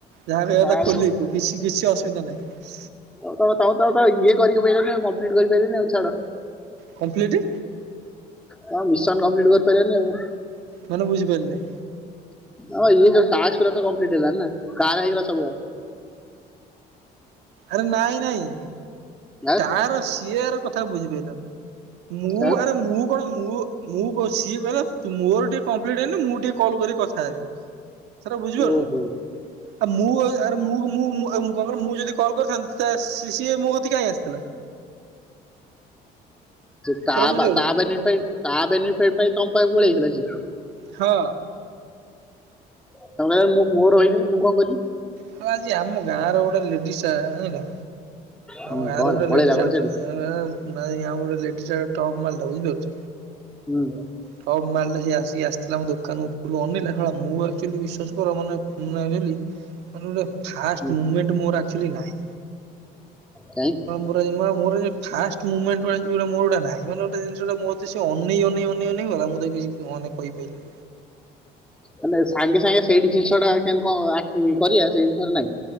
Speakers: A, on the right; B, in the centre.
A: ଯାହା କହିବା କଥା
B: ଆଉ
A: ଖୋଲିକି କୁହ କିଛି କିଛି ଅସୁବିଧା ନାହିଁ।
B: ଆଉ ତଉ ତାଉ ତ ଇଏ କରି ପାରିଲନି ଆଉ କମ୍ପ୍ଲିଟ କରିପାରଲନି ଆଉ ଛାଡ।
A: କମ୍ପ୍ଲିଟ୍।
B: ହଁ ମିଶନ କମ୍ପ୍ଲିଟ୍ କରିପାରିବାନି ଆଉ।
A: ମାନେ ବୁଝିପାଇଲିନି।
B: ହଁ ଇଏ ଯୋଉ ଟାସ୍କଲା ରାକମ୍ପ୍ଲିଟ୍ ହେଲା ନା କାର ହେଇଗଲା ସବୁଆ।
A: ଆରେ ନାଇଁ ନାଇଁ।
B: ଆଉ
A: ତାର ସିଏ ଏର କଥାକୁ ବୁଝିପାରିଲ ନା ମୁଁ
B: ଆଉ
A: ଆରେ ମୁଁ କଣ ମୁଁ ମୁଁ କହୁଛି ସିଏ କହିଲା ମୋର ଟିକେ କମ୍ପ୍ଲିଟ ହେଇନି ମୁଁ ଟିକେ କଲ୍ କରି କଥା ହେବି। ସଟା ବୁଝିପାରୁଛନ୍ତି।
B: ଓହୋ
A: ଆଉ ମୁଁ ଆରେ ମୁ ମୁ ଆଉ ମୁଁ କଣ କ ମୁଁ ଯଦି କଲ୍ କରିଥାନ୍ତି ତ ସିଏ ମୋ କତି କାଇହିଁ ଆସି
B: ତା
A: ଥର ବୁଝିପାରୁଚ
B: ବା ତା ବେନିଟ ପାଇଁ ତା ବେନିଫିଟ ପାଇଁ ତମ ପାଇଁ ପଳେଇଥିଲା ସେ?
A: ହଁ।
B: କ କହ ମୁ ମୋର ରହିବି ମୁଁ କଣ କରିବି?
A: ହେ ଆଜି ଆମ ଗାଁ ର ଗୋଟେ ଲେଡିଜ ଜିଲ
B: ହୁଁ
A: ଆମ ଗାଁ
B: କଣ
A: ର
B: ହେଲା
A: ଗୋଟେ
B: ପଳେଇଲା
A: ଲେଡିସ୍
B: ଘର
A: ଅଛନ୍ତି।
B: ଛାଡି
A: ଏଇଆ ନାଇ ଆଉ ଗୋଟେ ଲେଡିସ ଆ ଟପ୍ ମାଲଟା ବୁଝିପାରୁଛ?
B: ହୁଁ।
A: ସବ ମାଲଟା ସ ଆସିକି ଆସିିଥିଲା ଆମ ଦୋକାନ ଉପରକୁ ଅନେଇଲା ଖ ମୁଁ ଆକ୍ଚୁଆଲି ବିଶ୍ୱାସ କର ମାନେ ଭାବିଲି ମାନେ ଗୋଟେ ଫାଷ୍ଟେ
B: ହୁଁ
A: ମୁମେଣ୍ଟ ମୋର ଆକଚୁଆଲି ନାହିଁ।
B: କାଇଁ
A: ମୋର ଏଇ <unintelligible> ଫାଷ୍ଟ ମୁମେଣ୍ଟ ରେ ଯୋରା ମୋର ଯୋଡ଼ା ନାହିଁ। ଜିନିଷଟା ମତେ ସେ ଅନେଇ ଅନେଇ ଅନେଇ ଅନେଇଗଲା ମୁଁ ତ କିଛି ଅନେକ କହିପାରିଲିନି।
B: ମାନେ ସାଙ୍ଗେ ସାଙ୍ଗେ ସେଇଠି ଜିନିଷ ଟାଣ କରିବା ସେଇ ଜିନିଷା ନାଇଁ।